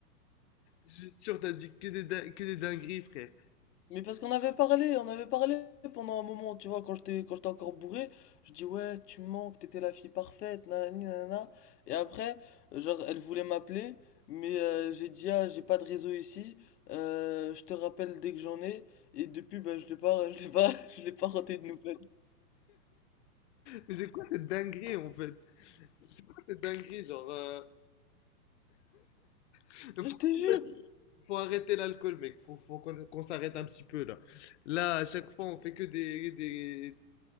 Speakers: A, on the left; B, on the left.
A: Je suis sûr, t'as dit que des, din- que des dingueries, frère.
B: Mais parce qu'on avait parlé, on avait parlé pendant un moment, tu vois, quand j'étais, quand j'étais encore bourré, je dis ouais, tu me manques, t'étais la fille parfaite, nanani, nanana. Et après, euh, genre, elle voulait m'appeler, mais euh, j'ai dit ah, j'ai pas de réseau ici, euh, je te rappelle dès que j'en ai, et depuis, bah, je l'ai pas, <laughs> je l'ai pas, <laughs> je l'ai pas raté de nouvelles.
A: Mais c'est quoi cette dinguerie, en fait? C'est quoi cette dinguerie, genre... euh, Faut,
B: Je te jure!
A: faut arrêter l'alcool, mec. Faut, faut qu'on qu'on s'arrête un petit peu, là. Là, à chaque fois, on fait que des... des...